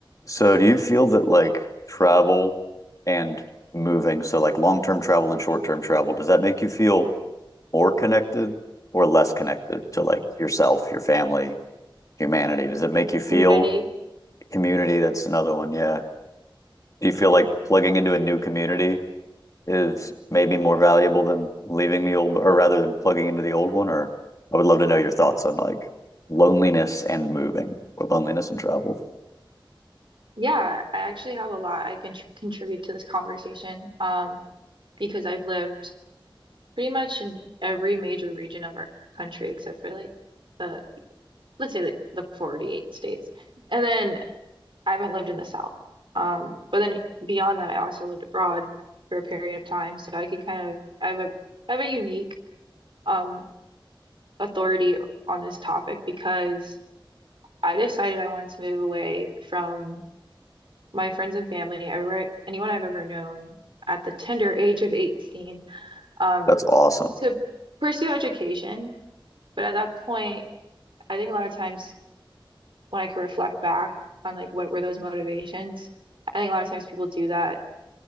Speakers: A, on the left (about 40°); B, on the right (about 70°).
A: So do you feel that like travel and moving, so like long-term travel and short-term travel, does that make you feel more connected or less connected to like yourself, your family, humanity? Does it make
B: Like
A: you feel
B: community.
A: community? That's another one. Yeah. Do you feel like plugging into a new community is maybe more valuable than leaving the old, or rather than plugging into the old one? Or I would love to know your thoughts on like loneliness and moving or loneliness and travel.
B: Yeah, I actually have a lot I can tr contribute to this conversation um, because I've lived pretty much in every major region of our country except for like the, let's say the, the 48 states. And then I haven't lived in the South. Um, but then beyond that, I also lived abroad for a period of time. So I can kind of, I have a, I have a unique um, authority on this topic because I decided I wanted to move away from. my friends and family, everywhere, anyone I've ever known at the tender age of 18, um,
A: That's awesome.
B: to pursue education. But at that point, I think a lot of times when I could reflect back on like what were those motivations, I think a lot of times people do that